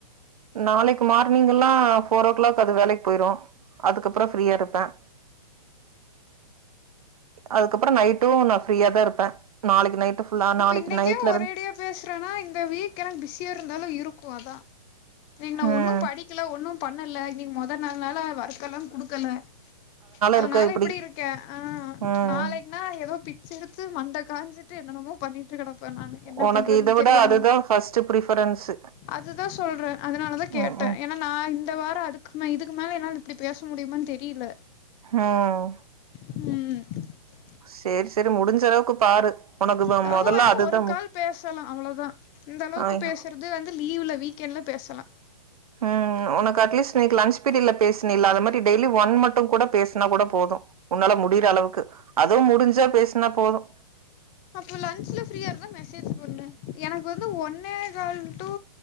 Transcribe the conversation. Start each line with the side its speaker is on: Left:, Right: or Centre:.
Right: நாளைக்கு மார்னிங்கெல்லாம் போர் ஓ கிளாக் அது வேலைக்கு போயிரும் அதுக்கப்புறம் ஃப்ரீயா இருப்பேன் அதுக்கப்புறம் நைட்டும் நான் ஃப்ரீயா தான் இருப்பேன் நாளைக்கு நைட்டு ஃபுல்லா
Left: இப்ப
Right: நாளைக்கு
Left: இன்னைக்கே
Right: நைட்ல
Left: ஒரேடியா
Right: இருந்து
Left: பேசுறேன்னா இந்தங்க வீக் எனக்கு பிஸியா இருந்தாலும் இருக்கும் அதான் இன்னைக்கு நான்
Right: ம்
Left: ஒன்னும் படிக்கல ஒன்னும் பண்ணலே இன்னைக்கு மொதல் நாள் நாள ஒர்க் எல்லாம் கொடுக்கல அதனால
Right: இருக்க இப்டி
Left: இப்படி இருக்கேன் ஆஹ்
Right: ம்
Left: நாளைக்குனா ஏதோ பிச்சு எடுத்து மண்ட காஞ்சிட்டு என்னென்னமோ பண்ணிட்டுகிடக் நான் என்ன
Right: உனக்கு
Left: பண்றது
Right: இத விட
Left: தெரியாம
Right: அதுதா ஃபர்ஸ்ட் ப்ரிஃபரன்ஸு
Left: அதுதான் சொல்றேன் அதனாலதான் கேட்டேன்
Right: ம் ம்
Left: ஏன்னா நான் இந்த வாரம் அதுக்கு இதுக்கு அதனாலே என்னாலே இப்படி பேச முடியுமானு தெரியல
Right: ஆஹ்
Left: உம்
Right: சரி சரி முடிஞ்ச அளவுக்கு பாரு உனக்கு
Left: ரம்ப
Right: மொதல்ல
Left: வேணா
Right: அதுதா
Left: ஒரு கால் பேசலாம் அவ்வளவுதான் இந்த
Right: முக்கிய
Left: அளவுக்கு பேசுறது வந்து லீவ்ல வீக்கெண்டில் பேசலாம்
Right: உம் உனக்கு அட்லீஸ்ட் நேத்து லன்ச் பீரியட்ல பேசின இல அது மாதிரி டெய்லி ஒன் மட்டும் கூட பேசினா கூட போதும் உன்னால முடி முடீற அளவுக்கு அதுவும் முடிஞ்சா பேசினா போதும்
Left: அப்ப லன்ச்ல ஃப்ரீயா இருந்தா மெசேஜ் போடுங்க எனக்கு வந்து ஒன்னே கால் டூ